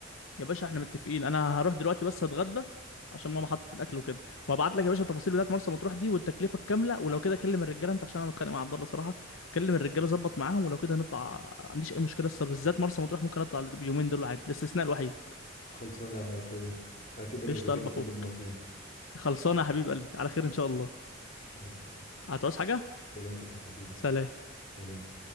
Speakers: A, on the left; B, on the left.
A: يا باشا احنا متفقين انا هروح دلوقتي بس اتغدى عشان ماما حطت الاكل وكده وهبعت لك يا باشا التفاصيل بتاعت مرسى مطروح دي والتكلفه الكامله ولو كده كلم الرجاله انت عشان انا متخانق مع عبد الله صراحه كلم الرجاله ظبط معاهم ولو كده هنطلع ما عنديش اي مشكله لسه بالذات مرسى مطروح ممكن اطلع اليومين دول عادي الاستثناء الوحيد
B: خلصانة يا اخويا اعتبر
A: قشطه
B: الرجالة
A: قلب اخوك
B: كلهم موافقين
A: خلصانه يا حبيب قلبي على خير ان شاء الله
B: خير
A: هتعوز حاجه
B: سلامتك يا حبيبي
A: سلام
B: سلام